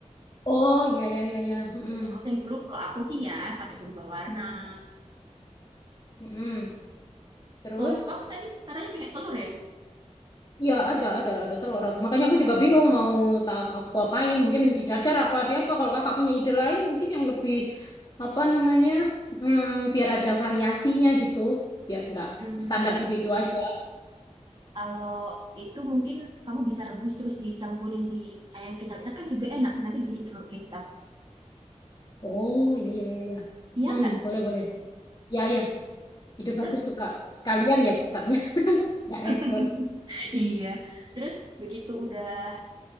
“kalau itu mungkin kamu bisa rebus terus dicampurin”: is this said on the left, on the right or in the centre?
Right